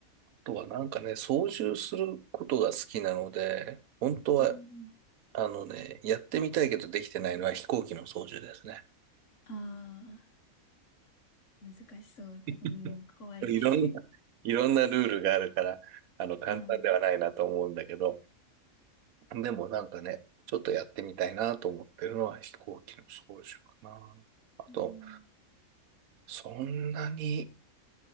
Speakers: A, on the right (about 85°); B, on the left (about 60°).
A: とはなんかね、操縦することが好きなので、本当は
B: うん。
A: あのね、やってみたいけどできてないのは飛行機の操縦ですね。
B: ああ、難しそうってうん、
A: <laughs>
B: 怖い。
A: いろんな、
B: <laughs>
A: いろんなルールがあるから、あの、簡単ではないなと思うんだけど、
B: ああ、
A: でもなんかね、ちょっとやってみたいなと思ってるのは飛行機の操縦かな。あと、
B: うん。
A: そんなに、